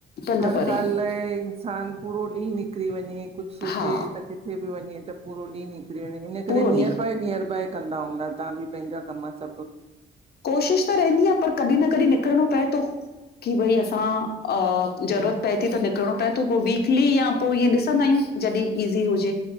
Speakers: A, on the left (about 55°); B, on the right (about 30°).
A: पंध
B: हर
A: परे
B: ॻाल्ह
A: आहिनि
B: लाइ इंसान पूरो ॾींहं निकिरी वञे कुझु सोेचे
A: हा
B: त किथे बि वञे त पूरो ॾींहं नि इन
A: पूरो
B: करे
A: ॾींहुं
B: निअर बाए निअर बाए कंदा हूंदा तव्हां बि पंहिंजा कम सभु
A: कोशिश त रहंदी आ पर कॾहिं न कॾहिं निकिरणो पए थो कि भई असां अ ज़रूरत पए थी त निकिरणो पए थो पो वीकली या पो ईअं ॾिसंदा आयूं। जॾी ईज़ी हुजे।